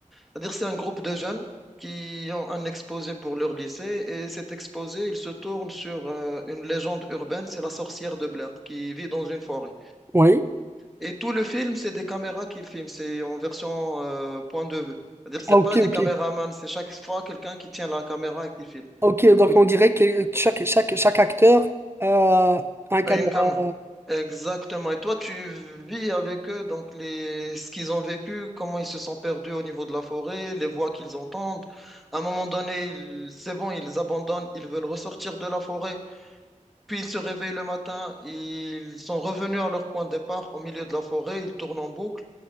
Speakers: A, in the centre; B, on the right.
A: C'est-à-dire, c'est un groupe de jeunes qui ont un exposé pour leur lycée et cet exposé, il se tourne sur euh, une légende urbaine, c'est la sorcière de Blair qui vit dans une forêt.
B: oui.
A: Et tout le film, c'est des caméras qu'il filme, c'est en version euh, point de vue. C'est-à-dire, c'est
B: Ah, ok,
A: pas des
B: ok.
A: caméramans, c'est chaque fois quelqu'un qui tient la caméra et qui filme.
B: Ah, Ok, donc on dirait que chaque, chaque, chaque acteur a un caméra.
A: À une cam. Exactement. Et toi, tu vis avec eux, donc les... ce qu'ils ont vécu, comment ils se sont perdus au niveau de la forêt, les voix qu'ils entendent. À un moment donné, ils- c'est bon, ils abandonnent, ils veulent ressortir de la forêt. Puis ils se réveillent le matin, ils sont revenus à leur point de départ au milieu de la forêt, ils tournent en boucle